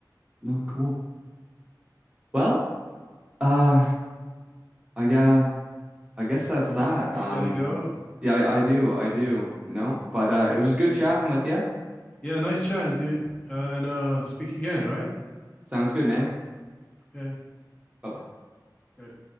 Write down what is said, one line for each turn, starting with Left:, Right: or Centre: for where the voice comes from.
Right: no, cool. Well, uh, I uh, I guess that's
Left: you
Right: that.
Left: you
Right: Um,
Left: got to go.
Right: yeah, I, I do, I
Left: Yeah.
Right: do. No, but
Left: Um,
Right: uh, it was
Left: Okay.
Right: good chatting with you.
Left: Yeah, nice chatting, dude. And uh speak again, right?
Right: Sounds good, man.
Left: Okay.
Right: Bye bye.
Left: Great.